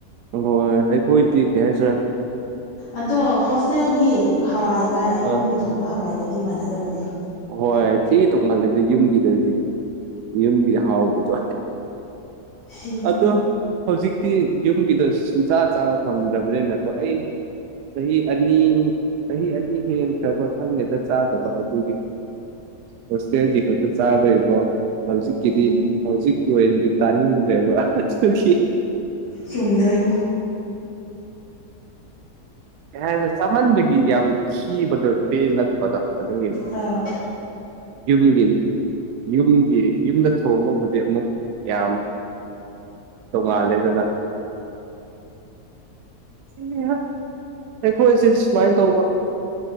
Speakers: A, on the right; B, on the left.
A: ꯑꯍꯣꯏ ꯑꯩꯈꯣꯏꯗꯤ ꯀꯩ ꯍꯥꯏꯁꯤꯔ
B: ꯑꯗꯣ ꯍꯣꯁꯇꯦꯜꯒꯤ ꯍꯋꯥꯏꯒ
A: ꯑ
B: ꯌꯨꯝꯒꯤ ꯊꯣꯡꯕ ꯍꯋꯥꯏꯒꯗꯤ ꯃꯥꯟꯅꯗꯕꯅꯦ
A: ꯍꯣꯏ ꯊꯤ ꯇꯣꯡꯉꯜꯂꯦ ꯑꯗꯨ ꯌꯨꯝꯒꯤꯗꯗꯤ ꯌꯨꯝꯒꯤ ꯍꯥꯎꯕꯗꯣ
B: ꯍ‌ꯦ
A: ꯑꯗꯣ ꯍꯧꯖꯤꯛꯇꯤ ꯌꯨꯝꯒꯤꯗ ꯁꯨꯡꯆꯥ ꯆꯥꯕ ꯐꯪꯗ꯭ꯔꯕ꯭ꯔꯦꯅꯀꯣ ꯑꯩ ꯆꯍꯤ ꯑꯅꯤ ꯆꯍꯤ ꯑꯅꯤ ꯍꯦꯟ ꯈꯔꯕ ꯈꯪꯗꯦꯗ ꯆꯥꯗꯕ ꯑꯗꯨꯒꯤ ꯍꯣꯏꯇꯦꯜꯒꯤ ꯈꯛꯇ ꯆꯥꯕꯩ ꯀꯣ ꯍꯧꯖꯤꯛꯀꯤꯗꯤ
B: ꯎꯝ
A: ꯍꯧꯖꯤꯛꯀꯤ ꯑꯣꯏꯅꯗꯤ ꯇꯥꯅꯤꯡꯗ꯭ꯔꯦꯕ ꯑꯗꯨꯒꯤ
B: ꯆꯨꯝꯗꯣꯏꯅꯤ
A: ꯀꯩꯍꯥꯏꯅ ꯆꯥꯃꯟꯕꯒꯤ ꯌꯥꯝ ꯁꯤꯕꯗꯣ ꯄꯦꯟ ꯅꯛꯄꯗꯣ ꯑꯗꯨꯒꯤꯅꯤ
B: ꯑꯥ
A: ꯌꯨꯝꯒꯤ ꯌꯨꯝꯒꯤ ꯌꯨꯝꯗ ꯊꯣꯡꯕꯕꯨꯗꯤ ꯑꯃꯨꯛ ꯌꯥꯝ ꯇꯣꯡꯉꯥꯜꯂꯦꯗꯅ ꯅꯦꯍ ꯑꯩꯈꯣꯏꯁꯦ ꯁꯨꯃꯥꯏꯅ ꯇꯧꯕ